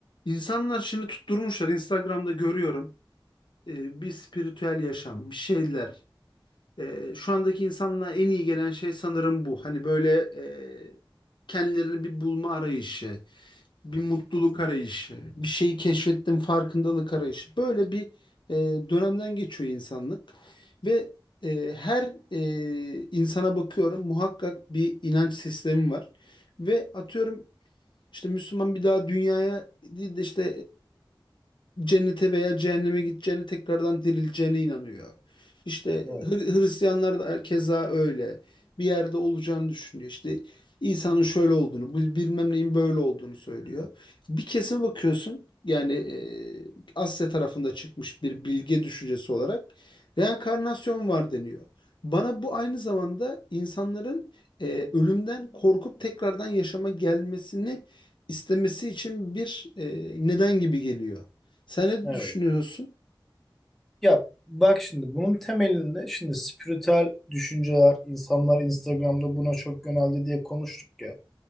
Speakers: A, on the left; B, in the centre.
A: İnsanlar şimdi tutturmuşlar. Instagram'da görüyorum. Ee, bir spiritüel yaşam, bir şeyler. Ee, şu andaki insanlığa en iyi gelen şey sanırım bu. Hani böyle e, kendilerini bir bulma arayışı, bir mutluluk arayışı, bir şeyi keşfettim farkındalık arayışı. Böyle bir e, dönemden geçiyor insanlık. Ve e, her e, insana bakıyorum muhakkak bir inanç sistemi var. Ve atıyorum işte Müslüman bir daha dünyaya değil de işte e, cennete veya cehenneme gideceğine tekrardan dirileceğine inanıyor. İşte
B: Evet,
A: Hır- Hristiyanlar da keza öyle. Bir yerde olacağını düşünüyor. İşte İsa'nın şöyle olduğunu, bu bilmem neyin böyle olduğunu söylüyor. Bir kesime bakıyorsun yani e, Asya tarafında çıkmış bir bilge düşüncesi olarak reenkarnasyon var deniyor. Bana bu aynı zamanda insanların e, ölümden korkup tekrardan yaşama gelmesini istemesi için bir e, neden gibi geliyor. Sen ne
B: evet.
A: düşünüyorsun?
B: Ya bak şimdi bunun temelinde şimdi spiritüel düşünceler, insanlar Instagram'da buna çok yöneldi diye konuştuk ya.